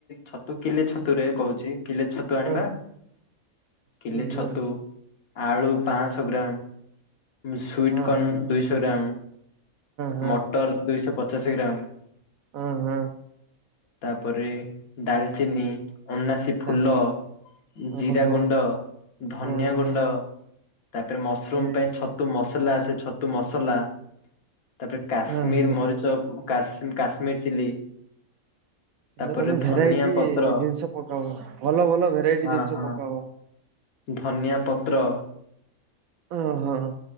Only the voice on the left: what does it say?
ଛତୁ କିଲେ ଛତୁ ରେ କହୁଛି? କିଲେ ଛତୁ ଆଣିବା,
କିଲେ
ଛତୁ। ଆଳୁ ପାଂଶ ଗ୍ରାମ, ମିସଶୁଇଟ
କର୍ନ
ଦୁଇଶହ ଗ୍ରାମ।
ମଟର, ଦୁଇଶହ ପଚାଶ ଗ୍ରାମ।
ତାପରେ ଡାଲ୍ ଚିନି ଅନାସୀ ଫୁଲ,
ଜିରା ଗୁଣ୍ଡ, ଧନିଆ
ଗୁଣ୍ଡ ତାପରେ ମସରୁମ
ପାଇଁ ଛତୁ ମସଲା ଆସେ ଛତୁ ମସଲା। ତାଟା କାଶ୍ମୀର
ମରିଚ, କା କାଶ୍ମୀ କାଶ୍ମୀର ଚିଲି। ତାପରେ
ଧନିଆ ପତ୍ର
ହଁ
ହଁ
ଧନିଆ ପତ୍ର।